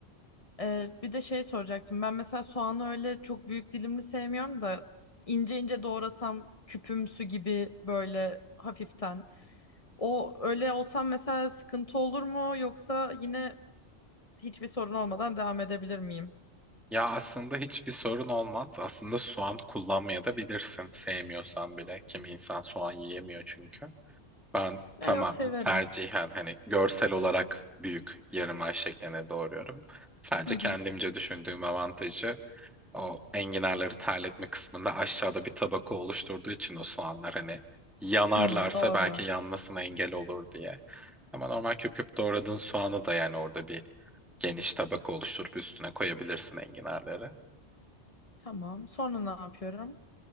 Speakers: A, on the left; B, in the centre.
A: Ee, bir de şey soracaktım. Ben mesela soğanı öyle çok büyük dilimli sevmiyorum da ince ince doğrasam küpümsü gibi böyle hafiften. O öyle olsam mesela sıkıntı olur mu? Yoksa yine hiçbir sorun olmadan devam edebilir miyim?
B: Ya aslında hiçbir sorun olmaz. Aslında soğan kullanmaya da bilirsin. Sevmiyorsan bile. Kimi insan soğan yiyemiyor çünkü. Ben
A: Ya
B: tamamen
A: yok severim.
B: tercihen hani görsel olarak büyük yarım ay şekline doğruyorum. Sadece
A: Hı hı.
B: kendimce düşündüğüm avantajı o enginarları terletme kısmında aşağıda bir tabaka oluşturduğu için o soğanlar hani yanarlarsa
A: Hmm, doğru.
B: belki yanmasına engel olur diye. Ama normal küp küp doğradığın soğanı da yani orada bir geniş tabaka oluşturup üstüne koyabilirsin enginarları.
A: Tamam. Sonra ne yapıyorum?